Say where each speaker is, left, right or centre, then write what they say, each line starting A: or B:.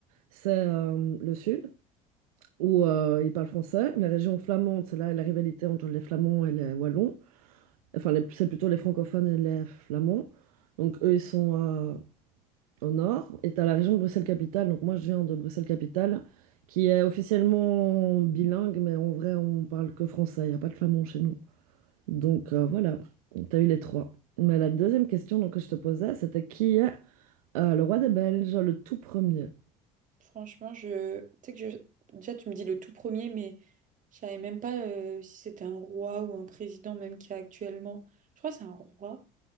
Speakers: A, on the right (about 85°); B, on the right (about 45°).
A: c'est euh, le sud. où euh, ils parlent français. La région flamande, c'est là la rivalité entre les Flamands et les Wallons. Enfin, les- c'est plutôt les francophones et les Flamands. Donc, eux, ils sont euh, au nord. Et tu as la région de Bruxelles-Capitale. Donc, moi, je viens de Bruxelles-Capitale, qui est officiellement bilingue, mais en vrai, on parle que français. Il n'y a pas de flamand chez nous. Donc, euh, voilà, tu as eu les trois. Mais la deuxième question donc, que je te posais, c'était qui est euh, le roi des Belges, le tout premier?
B: Franchement, je... tu sais que je... déjà tu me dis le tout premier, mais je savais même pas euh, si c'était un roi ou un président même qu'il y a actuellement. Je crois que c'est un roi,